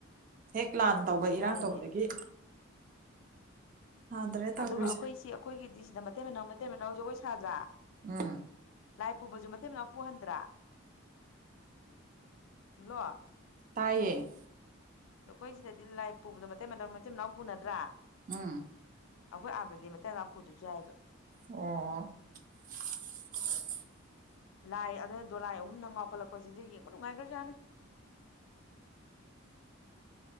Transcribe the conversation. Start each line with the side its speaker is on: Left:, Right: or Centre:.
Right: ꯍꯦꯛ ꯄ꯭ꯂꯥꯟ ꯇꯧꯕ
Left: ꯁꯥꯏꯅꯦ
Right: ꯏꯔꯥꯡ ꯇꯧꯕꯗꯒꯤ ꯁꯥꯗ꯭ꯔꯦ ꯇꯧꯔꯤꯁꯦ
Left: ꯑꯗꯨꯒ ꯑꯩꯈꯣꯏ ꯁꯤ ꯑꯩꯈꯣꯏꯒꯤꯗꯤ ꯁꯤꯗ ꯃꯇꯩ ꯃꯅꯥꯎ ꯃꯇꯩ ꯃꯅꯥꯎ ꯖꯒꯣꯏ ꯁꯥꯗ꯭ꯔꯥ
Right: ꯎꯝ
Left: ꯂꯥꯏ ꯄꯨꯕꯁꯨ ꯃꯇꯦꯛ ꯃꯅꯥꯎ ꯄꯨꯍꯟꯗ꯭ꯔꯥ ꯍꯜꯂꯣ
Right: ꯇꯥꯏꯌꯦ
Left: ꯑꯩꯈꯣꯏ ꯁꯤꯗꯗꯤ ꯂꯥꯏ ꯄꯨꯕꯗꯣ ꯃꯇꯅꯥ ꯃꯆꯤꯟ ꯃꯅꯥꯎ ꯄꯨꯅꯗ꯭ꯔꯥ
Right: ꯎꯝ
Left: ꯑꯩꯈꯣꯏ ꯑꯥꯗꯗꯤ ꯃ ꯃꯅꯥꯄꯨꯁꯨ ꯆꯥꯏꯕ
Right: ꯑꯣ <inaudible>
Left: ꯂꯥꯏ ꯑꯗꯨꯅ ꯗꯣꯂꯥꯏ ꯑꯍꯨꯝ ꯅꯪ ꯉꯥꯎꯈꯠꯂꯛꯄꯁꯤꯗ ꯌꯦꯡꯕ ꯅꯨꯡꯉꯥꯏꯈ꯭ꯔꯖꯥꯠꯅꯤ
Right: ꯑ